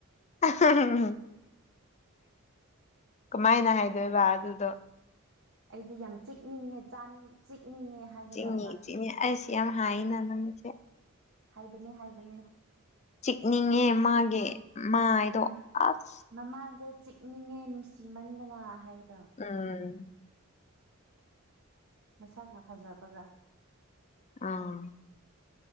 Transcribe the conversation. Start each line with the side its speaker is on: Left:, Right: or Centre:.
Left: <unintelligible> ꯀꯃꯥꯏꯅ ꯍꯥꯏꯗꯣꯏꯕ ꯑꯗꯨꯗꯣ
Right: ꯑꯩꯗꯤ ꯌꯥꯝ ꯆꯤꯛꯅꯤꯡꯉꯦꯅꯤꯡ ꯆꯤꯛꯅꯤꯡꯉꯦ ꯍꯥꯏꯒꯗꯧꯕ
Left: ꯆꯤꯛꯅꯤ ꯆꯤꯛꯅꯤ ꯑꯩꯁ ꯌꯥꯝ ꯍꯥ ꯅꯅꯥꯅꯃꯤꯁ
Right: ꯍꯥꯏꯕꯅꯦ ꯍꯥꯏꯕꯅꯦ
Left: ꯆꯤꯛꯅꯤꯡꯉꯦ ꯃꯥꯒꯤ ꯃꯥꯥꯏꯗꯣ
Right: ꯎꯝ
Left: ꯑꯁ
Right: ꯃꯃꯥꯏꯗꯣ ꯆꯤꯛꯅꯤꯡꯉꯦ ꯅꯨꯡꯁꯤꯃꯟꯗꯅ ꯍꯥꯏꯒꯗ
Left: ꯎꯝ
Right: ꯃꯁꯛꯅ ꯐꯖꯕꯒ
Left: ꯑꯥ